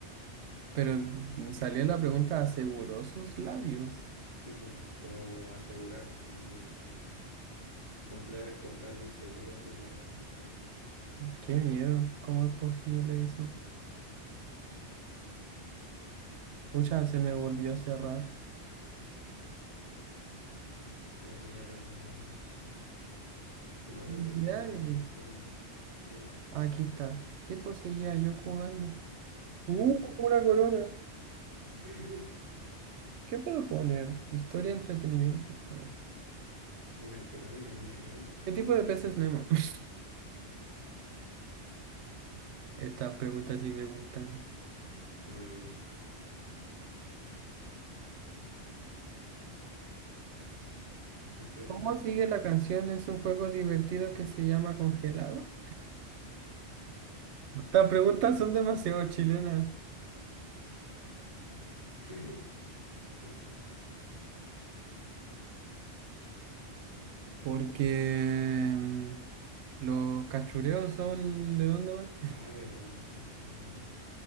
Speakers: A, on the right; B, on the left.
A: Pero mm, salió la pregunta, ¿aseguró sus labios?
B: Sí, po, como asegurar tu, no sé, comprar, comprarle un seguro a sus labios. Ah,
A: Qué miedo, ¿cómo es posible eso? Pucha, se me volvió a cerrar.
B: creo que ya perdimos. No,
A: Felicidades.
B: yo perdí ya mi oportunidad, creo.
A: Aquí está. Sí, pues seguía yo jugando. ¡Uh!
B: Mm.
A: Una corona.
B: <laughs>
A: ¿Qué puedo poner? Historia, entretenimiento. A ver.
B: Una corona, mi rey.
A: ¿Qué tipo de peces Nemo? <laughs> Estas preguntas sí me gustan.
B: Mm, Son preguntas
A: ¿Cómo sigue
B: fáciles.
A: la canción? Es un juego divertido que se llama Congelado. Estas preguntas son demasiado chilenas.
B: <laughs> ¿Por qué?
A: Porque mm, los cachureos son... ¿De dónde van?
B: Ah, verdad, son chilenos.